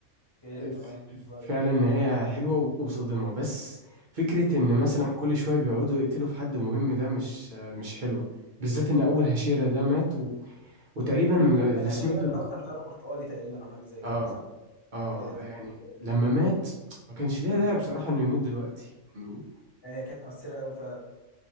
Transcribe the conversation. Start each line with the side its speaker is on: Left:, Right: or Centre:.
Left: اوكي
Right: آه،
Left: تمام حلو أوي.
Right: فعلا نهايه حلوه و- وصادمه بس فكره ان مثلا كل شويه بيقعدوا يقتلوا في حد مهم ده مش آه، مش حلوه بالذات ان اول هشيرة ده مات و... وتقريبا اللي
Left: العشيرة
Right: سمعته
Left: اللي
Right: إن-
Left: هو كان شعره برتقالي تقريبا او حاجه زي كده
Right: اه
Left: صح؟
Right: اه
Left: كانت
Right: يعني لما مات ما كانش ليها
Left: مم.
Right: داعي بصراحة انه يموت دلوقتي يعني
Left: هي كانت مؤثره قوي فعلا